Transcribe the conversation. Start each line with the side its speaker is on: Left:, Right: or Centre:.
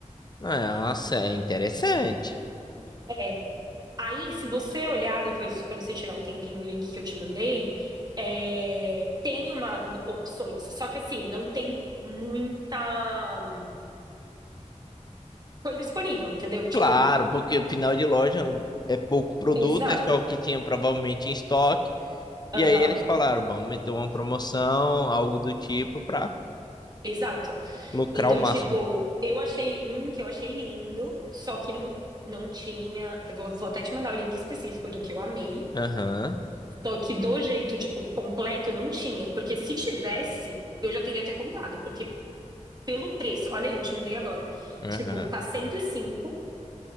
Left: Nossa, é interessante.
Right: É. Aí, se você olhar depois, quando você tiver um tempinho, o link que eu te mandei, é, tem umas opções. Só que assim, não tem muita hum, coisa disponível, entendeu? Tipo,
Left: Claro, porque final de loja é pouco produto,
Right: exato.
Left: é só o que tinha provavelmente em estoque. E
Right: Aham.
Left: aí eles falaram, vamos meter uma promoção, algo do tipo, para
Right: Exato.
Left: lucrar
Right: Então,
Left: o máximo.
Right: tipo, eu achei um que eu achei lindo, só que não, não tinha. Eu vou, vou até te mandar o link específico do que eu amei.
Left: Aham,
Right: Só que do jeito, tipo, completo, não tinha. Porque se tivesse, eu já teria até comprado. Porque pelo preço, olha aí, eu te mandei agora.
Left: aham.
Right: Tipo, tá 105